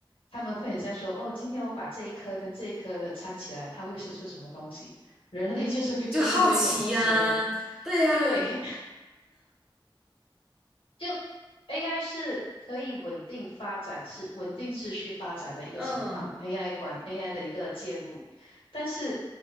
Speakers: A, on the left; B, in the centre.
A: 他们会很像说，哦，今天我把这一颗跟这一颗的掺起来，它会生出什么东西？人类就是会做出这种事情的人。
B: 就好奇呀、
A: <laughs>
B: 对呀、
A: 对，就 AI 是可以稳定发展、持稳定持续发展的一个情况，AI
B: <laughs> 嗯，
A: 管 AI 的一个介入，但是